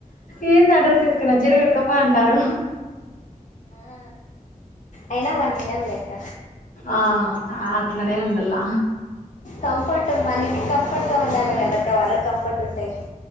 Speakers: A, on the left; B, on the left.
A: ఏంది ఆ డ్రస్ ఏసుకునవ్ చీర కట్కపో అంటారు
B: ఆ అయినా వండినంలే అక్క
A: ఆ అట్లానే ఉండాల్ల
B: కంఫర్ట్ మనకి కంఫర్ట్ గా ఉండాలి కదా అక్క వాళ్ళకు కంఫర్ట్ ఉంటే